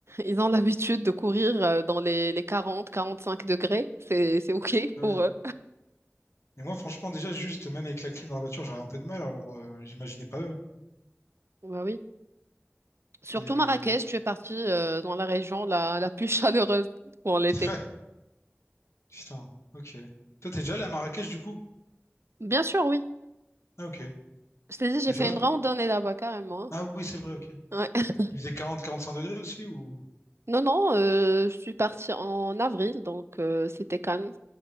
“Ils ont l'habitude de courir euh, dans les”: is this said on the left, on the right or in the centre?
Right